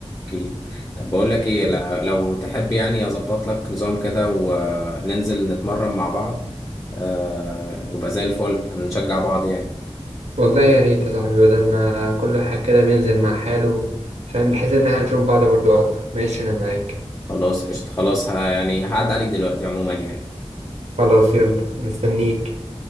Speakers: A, on the left; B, on the right.
A: اكيد طب بقول لك ايه
B: بس
A: لا- لو تحب يعني اظبط لك نظام كده وننزل نتمرن مع بعض آه، يبقى زي الفل هنشجع بعض يعني
B: والله يا ريت يا صاحبي بدل ما كل واحد كده بينزل مع حاله فاهم بحيث إن احنا نشوف بعض برضه أكتر ماشي أنا معاك
A: خلاص قشطة خلاص ه- يعني هعد عليك دلوقتي عموما يعني
B: خلاص يلا مستنيك